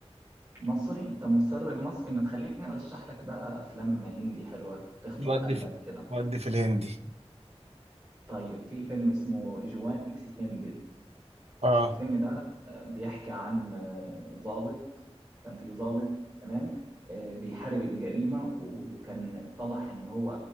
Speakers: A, on the right (about 30°); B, on the right (about 70°).
A: مصري انت مصر مصري ما تخليني ارشح لك بقى افلام هندي حلوة تخطف
B: ودي
A: قلبك
B: في
A: كده
B: ودي في الهندي
A: طيب في فيلم اسمه جوان اكستندد
B: اه
A: الفيلم ده آه، بيحكي عن آه، ضابط كان في ضابط تمام آه، بيحارب الجريمة وكان اتضح إن هو